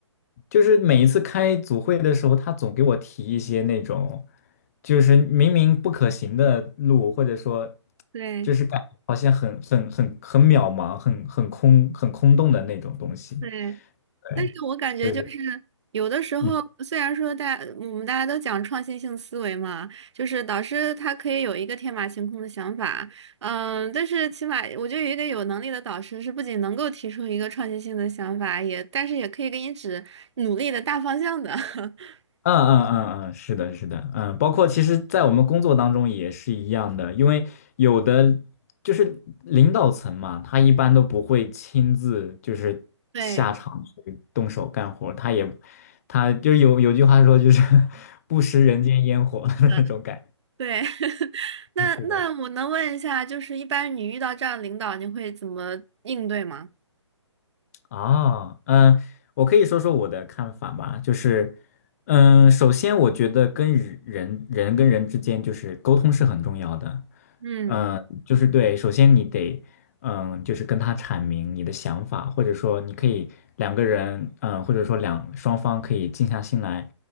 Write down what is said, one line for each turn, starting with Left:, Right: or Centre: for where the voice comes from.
Left: 就是每一次开组会的时候，他总给我提一些那种，就是明明不可行的路，或者说，
Right: 对
Left: 就是感觉好像很很很很渺茫、很很空、很空洞的那种东西，
Right: 对，
Left: 对，
Right: 但是我感觉就是
Left: 就是。
Right: 有的时候，
Left: 嗯。
Right: 虽然说大我们大家都讲创新性思维嘛，就是导师他可以有一个天马行空的想法，嗯，但是起码我觉得有一个有能力的导师是不仅能够提出一个创新性的想法，也但是也可以给你指努力的大方向的。<laughs>
Left: 嗯嗯嗯嗯，是的，是的，嗯，包括其实，在我们工作当中也是一样的，因为有的就是领导层嘛，他一般都不会亲自就是下场去动手干活儿他也
Right: 对，
Left: 他就有有句话说就是 <laughs> 不食人间烟火的那种感
Right: 是的，对。<laughs> 那那我能问一下，
Left: 觉。是的。
Right: 就是一般你遇到这样的领导，你会怎么应对吗？
Left: 啊，嗯，我可以说说我的看法吧，就是，嗯，首先我觉得跟人人人跟人之间就是沟通是很重要的，
Right: 嗯
Left: 嗯，就是对，首先你得，嗯，就是跟他阐明你的想法，或者说你可以两个人，嗯，或者说两双方可以静下心来，